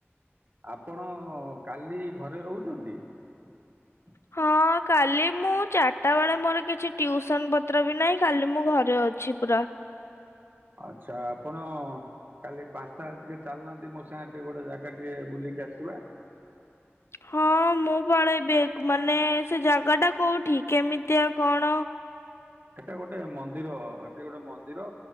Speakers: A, on the right; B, on the left.
A: ଆପଣ କାଲି ଘରେ ରହୁଚନ୍ତି? ଇ
B: ହଁ କାଲି ମୁଁ ଚାରିଟା ବେଳେ ମୋର କିଛି ଟ୍ୟୁସନ ପତ୍ର ବି ନାହିଁ କାଲି ମୁଁ ଘରେ ଅଛି ପୁରା।
A: ଆଚ୍ଛା। ଆପଣ କାଲି ପାଞ୍ଚଟା ଟିକେ ଚାଲନାହାନ୍ତି, ମୋ ସାଙ୍ଗେ ଟିକେ ଗୋଟେ ଜାଗା ଟିକେ ବୁଲିକି ଆସିବା।
B: ହଁ ମୁଁ ପଳେଇବି ମାନେ ସେ ଜାଗା ଟା କୋଉଠି କେମିତିଆ କଣ?
A: ସେଟା ଗୋଟେ ମନ୍ଦିର ସେଠି ଗୋଟେ ମନ୍ଦିର